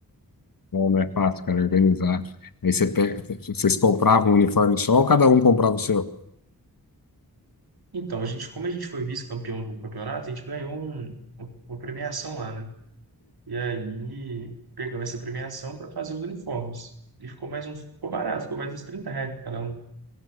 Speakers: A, on the left; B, on the right.
A: Não, não é fácil, cara, organizar. Aí você pega, vocês compravam um uniforme só ou cada um comprava o seu?
B: Então, a gente, como a gente foi vice-campeão do campeonato, a gente ganhou um- um, uma premiação lá, né? E aí pegamos essa premiação para fazer os uniformes. E ficou mais uns, ficou barato, ficou mais uns 30 reais pra cada um.